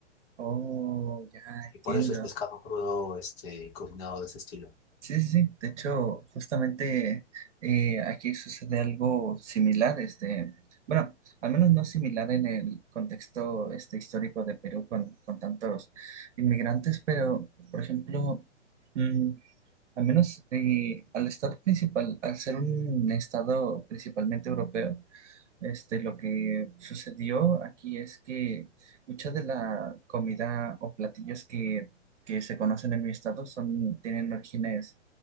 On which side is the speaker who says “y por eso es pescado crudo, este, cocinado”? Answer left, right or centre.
Left